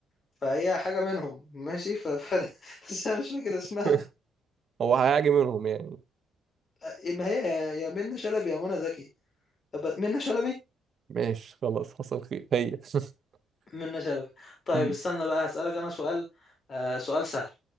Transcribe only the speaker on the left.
فهي حاجة منهم ماشي ف... ف... <laughs> بس أنا مش فاكر اسمها
آه، ما هي يا يا منى شلبي يا منى زكي طب منى شلبي
منة شلبي طيب
استنى بقى هسألك أنا سؤال آه سؤال سهل